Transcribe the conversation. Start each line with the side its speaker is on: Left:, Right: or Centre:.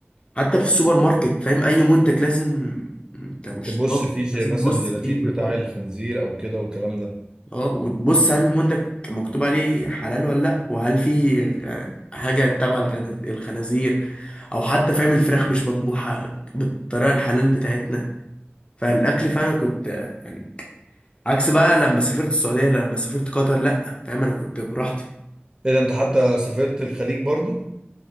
Left: حتى في السوبر ماركت فاهم اي منتج لازم انت مش
Right: تبص
Left: ضامن
Right: فيه ج-
Left: لازم
Right: مثلا
Left: تبص
Right: جيلاتين
Left: فيه من
Right: بتاع
Left: ورا
Right: الخنزير او كده والكلام ده
Left: اه وتبص هل المنتج مكتوب عليه حلال ولا لا وهل في غ- حاجة تبع الغن- الخنازير او حتى فاهم الفراخ مش مطبوحة بالطريقة الحلال بتاعتنا فالاكل فعلا كنت يعني عكس بقى لما سافرت السعودية لما سافرت قطر لا فاهم انا كنت براحتي
Right: ايه ده انت حتى سافرت الخليج برضو